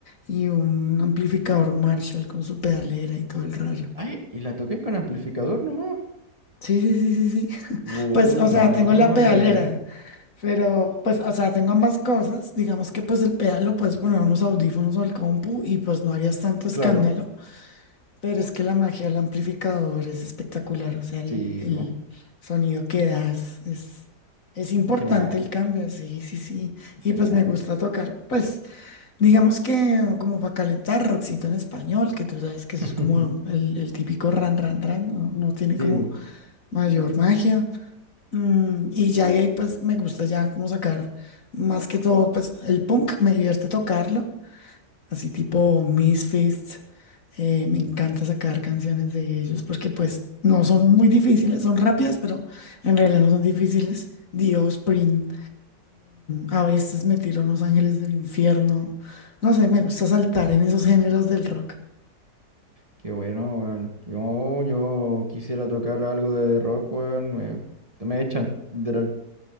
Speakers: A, on the left; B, on the right.
A: y un amplificador Marshall con su pedalera y todo el rollo.
B: Ay, ¿y la tocáis con amplificador nomás?
A: Sí, sí, sí, sí, sí.
B: Uh,
A: Pues, o sea,
B: no, no,
A: tengo la pedalera,
B: qué bacán.
A: pero pues, o sea, tengo ambas cosas. Digamos que pues el pedal lo puedes poner a unos audífonos o al compu y pues no harías tanto escándalo,
B: Claro,
A: pero es que la magia del amplificador es espectacular, o sea, el,
B: sí,
A: el
B: pues,
A: sonido que da es, es, es importante
B: es genial,
A: el cambio, sí, sí, sí.
B: es
A: Y
B: genial.
A: pues me gusta tocar, pues, digamos que como para calentar rockcito en español, que tú sabes que eso
B: <laughs>
A: es como el, el típico ran, ran, ran, no, no tiene
B: Sí,
A: como
B: pues,
A: mayor magia. Mm, y ya de ahí pues me gusta ya como sacar más que todo pues el punk, me divierte tocarlo, así tipo Misfits, eh, me encanta sacar canciones de ellos porque pues no son muy difíciles, son rápidas pero en realidad no son difíciles. Dios, Spring, a veces me tiro unos ángeles del infierno, no sé, me gusta saltar en esos géneros del rock.
B: qué bueno, weón. Yo, yo quisiera tocar algo de rock, weón. Me, me echan, literal.